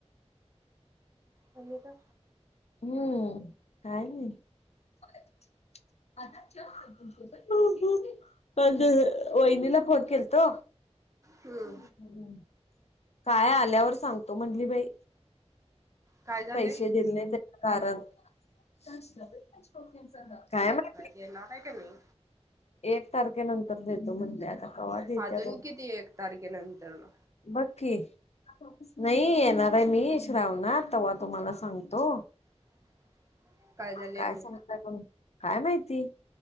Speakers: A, on the right; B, on the left.
A: खाल्ले का?
B: हम्म, काय नाही. <unintelligible> <unintelligible> वईनिला फोन केल्तो.
A: हम्म
B: <unintelligible> काय आल्यावर सांगतो म्हणली बाई.
A: काय झाले
B: पैसे दिले नाही कारण, <unintelligible> काय माहीत.
A: येणार हाय का नाही.
B: एक तारखेनंतर देतो म्हणले आता. कवा देत्या
A: अजून
B: बघ
A: किती एक तारखेनंतरन.
B: बघ की. <inaudible> नाही, येणार आहे मी श्रावणात. तव्हा तुम्हाला सांगतो.
A: <inaudible>
B: काय
A: आणि
B: सांगता पण? काय माहिती?